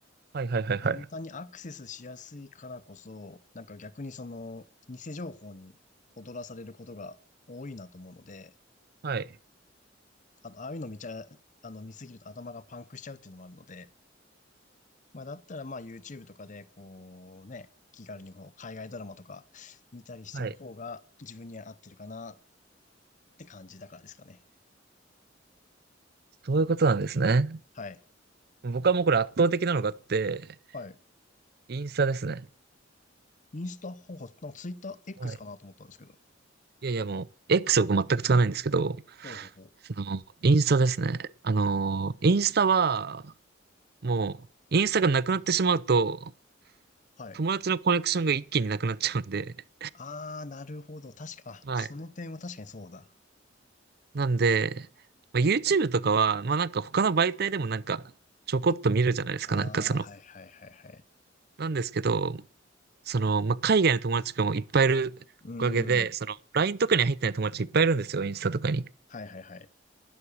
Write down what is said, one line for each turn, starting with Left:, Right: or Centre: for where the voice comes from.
Right: はいはいはいはい。
Left: 簡単にアクセスしやすいからこそ、なんか逆にその偽情報に踊らされることが多いなと思うので、
Right: はい。
Left: あの、ああいうの見ちゃ、あの、見すぎると頭がパンクしちゃうっていうのもあるので、まあ、だったらまあ YouTube とかでこうね、気軽にこう海外ドラマとか見たりしてる方が自分には合ってるかなっ
Right: はい。
Left: て感じだからですかね。
Right: そういうことなんですね。
Left: はい。
Right: 僕はもうこれ圧倒的なのがあって、
Left: はい。
Right: インスタですね。
Left: インスタ、ほうほう、なんかツイッター X
Right: はい。
Left: かなと思ったんですけど。
Right: いやいやもう、X は僕全く使わないんですけど、
Left: ほうほうほう。
Right: その、インスタですね。あのー、インスタは、もう、インスタがなくなってしまうと、
Left: はい。
Right: 友達のコネクションが一気になくなっちゃうんで、
Left: あー、なるほど。確か、あ、
Right: <laughs> はい
Left: その点は確かにそうだ。
Right: なんで、まあ、YouTube とかは、まあなんか他の媒体でもなんかちょこっと見るじゃないですか、
Left: あー、
Right: なんかその。
Left: はいはいはいはい。
Right: なんですけど、その、まあ海外の友達とかもいっぱいいるおかげで、
Left: うーん。
Right: その LINE とかに入ってない友達いっぱいいるんですよ、インスタとかに。っ
Left: はいはいはい。